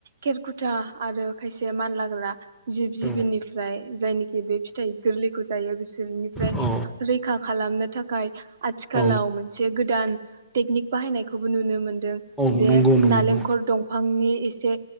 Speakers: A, on the right; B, in the centre.
A: खेरखुथा आरो खायसे मानलाग्रा जिब जिबिनिफ्राय
B: ओ
A: जायनिखि बे फिथाइ गोरलैखौ जायो बिसोरनिफ्राय
B: औ
A: रैखा खालामनो थाखाय आथिखालाव
B: औ
A: मोनसे गोदान टेकनिक बाहायनाय खौबो नुनो मोन नों
B: औ
A: जे
B: नंगौ नंगौ
A: नालेंखर दंफांनि एसे